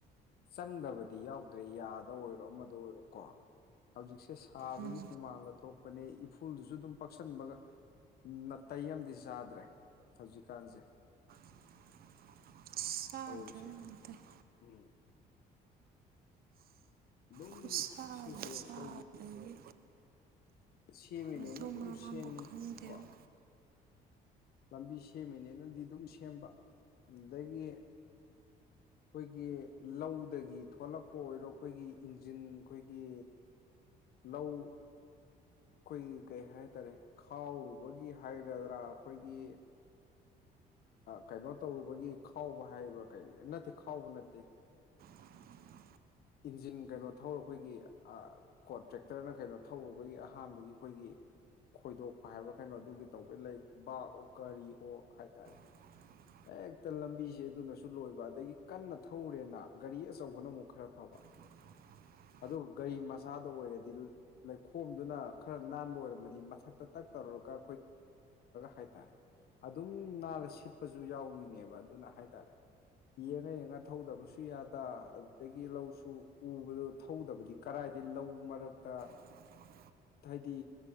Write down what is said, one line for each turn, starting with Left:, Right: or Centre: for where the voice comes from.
Left: ꯆꯪꯗꯕꯗꯤ ꯌꯥꯎꯗ꯭ꯔꯦ ꯌꯥꯗ ꯑꯣꯏꯔꯣ ꯑꯃꯗ ꯑꯣꯏꯔꯣꯀꯣ ꯍꯧꯖꯤꯛꯁꯦ ꯁꯥꯕꯒꯤ
Right: ꯎꯝ
Left: ꯍꯨꯃꯥꯡꯒ ꯊꯣꯛꯄꯅꯦ ꯏꯐꯨꯜꯗꯨꯁꯨ ꯑꯗꯨꯝ ꯄꯛ ꯁꯤꯟꯕꯒ ꯅꯥꯇꯩ ꯑꯝꯗꯤ ꯆꯥꯗ꯭ꯔꯦ ꯍꯧꯖꯤꯛꯀꯥꯟꯁꯦ
Right: <unintelligible> ꯆꯔꯗ꯭ꯔꯦꯅꯦ
Left: ꯇꯧꯔꯤꯁꯦ
Right: ꯅꯥꯇꯩ
Left: ꯎꯝ ꯑꯗꯨꯝꯅꯦ
Right: ꯈꯨꯠꯁꯥ
Left: ꯁꯤꯁꯦ
Right: ꯆꯥꯗꯒꯤ
Left: ꯑꯈꯣꯏꯒꯤ ꯁꯦꯝꯃꯤꯅꯦꯅ
Right: ꯃꯊꯣꯡ
Left: ꯑꯗꯨꯝ
Right: ꯃꯔꯝ
Left: ꯁꯦꯝꯃꯤ
Right: ꯑꯃꯕꯨꯛ ꯈꯪꯗꯦꯕ
Left: ꯀꯣ ꯂꯝꯕꯤ ꯁꯦꯝꯃꯤꯅꯦꯅꯗꯤ ꯑꯗꯨꯝ ꯁꯦꯝꯕ ꯑꯗꯒꯤ ꯑꯩꯈꯣꯏꯒꯤ ꯂꯧꯗꯒꯤ ꯊꯣꯛꯂꯛꯄ ꯑꯣꯏꯔꯣ ꯑꯩꯈꯣꯏꯒꯤ ꯏꯟꯖꯤꯟ ꯑꯩꯈꯣꯏꯒꯤ ꯂꯧ ꯑꯩꯈꯣꯏꯒꯤ ꯀꯩ ꯍꯥꯏꯇꯥꯔꯦ ꯈꯥꯎꯔꯨꯕꯒꯤ ꯍꯥꯏꯒꯗ꯭ꯔꯥ ꯑꯩꯈꯣꯏꯒꯤ ꯀꯩꯅꯣ ꯇꯧꯔꯨꯕꯒꯤ ꯈꯥꯎꯕ ꯍꯥꯏꯕ꯭ꯔꯥ ꯀꯔꯤ ꯅꯠꯇꯦ ꯈꯥꯎꯕ ꯅꯠꯇꯦ
Right: <unintelligible>
Left: ꯏꯟꯖꯤꯟ ꯀꯩꯅꯣ ꯊꯧꯔ ꯑꯩꯈꯣꯏꯒꯤ ꯀꯣ ꯇ꯭ꯔꯦꯛꯇꯔꯅ ꯀꯩꯅꯣ ꯊꯧꯔꯨꯕꯒꯤ ꯑꯍꯥꯟꯕꯒꯤ ꯑꯩꯈꯣꯏꯒꯤ ꯈꯣꯏꯗꯣꯛꯄ ꯍꯥꯏꯕ꯭ꯔꯥ ꯀꯩꯅꯣ ꯑꯗꯨꯒꯤ ꯇꯧꯕꯒꯤ ꯂꯩ ꯕꯥꯥꯛ ꯑꯣ ꯀꯔꯤ ꯍꯣ ꯍꯥꯏꯇꯥꯔꯦ
Right: ꯎ
Left: ꯍꯦꯛꯇ ꯂꯝꯕꯤꯁꯦ ꯑꯗꯨꯅꯁꯨ ꯂꯣꯏꯕ ꯑꯗꯒꯤ ꯀꯟꯅ ꯊꯧꯔꯦꯅ ꯒꯥꯔꯤ ꯑꯆꯧꯕꯅ ꯑꯃꯨꯛ ꯈꯔ ꯐꯕ
Right: <unintelligible>
Left: ꯑꯗꯨꯒ ꯒꯥꯔꯤ ꯃꯆꯥꯗ ꯑꯣꯏꯔꯗꯤ ꯂꯩꯈꯣꯝꯗꯨꯅ ꯈꯔ ꯅꯥꯟꯕ ꯑꯣꯏꯔꯝꯃꯗꯤ ꯃꯊꯛꯇ ꯇꯛ ꯇꯧꯔ ꯍꯥꯏꯔꯦ ꯑꯗꯨ ꯁꯤꯠꯄꯁꯨ ꯌꯥꯎꯔꯤꯅꯦꯕ ꯑꯗꯨꯅ ꯍꯥꯏꯇꯥꯔꯦ ꯌꯦꯡꯉ ꯌꯦꯡꯉ ꯊꯧꯗꯕꯁꯨ ꯌꯥꯗ ꯑꯗꯨꯗꯒꯤ ꯂꯧꯁꯨ ꯎꯕꯗ ꯊꯧꯗꯕꯗꯤ ꯀꯔꯥꯏ ꯍꯥꯏꯗꯤ ꯂꯧ ꯃꯔꯛꯇ
Right: <unintelligible>
Left: ꯍꯥꯏꯗꯤ